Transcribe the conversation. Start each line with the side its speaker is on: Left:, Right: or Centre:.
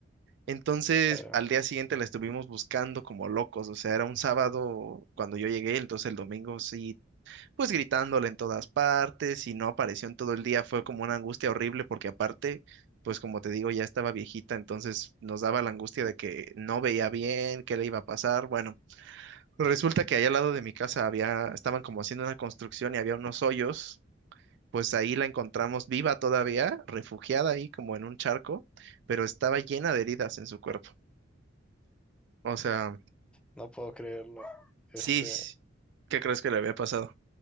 Right: Entonces,
Centre: ya veo.
Right: al día siguiente la estuvimos buscando como locos, o sea, era un sábado cuando yo llegué, entonces el domingo sí, pues gritándole en todas partes, y no apareció en todo el día, fue como una angustia horrible, porque aparte, pues como te digo, ya estaba viejita, entonces nos daba la angustia de que no veía bien, qué le iba a pasar, bueno. Resulta que allá al lado de mi casa había, estaban como haciendo una construcción y había unos hoyos. Pues ahí la encontramos viva todavía, refugiada ahí como en un charco, pero estaba llena de heridas en su cuerpo. O sea,
Centre: No puedo creerlo. Este,
Right: sí, ¿qué crees que le había pasado?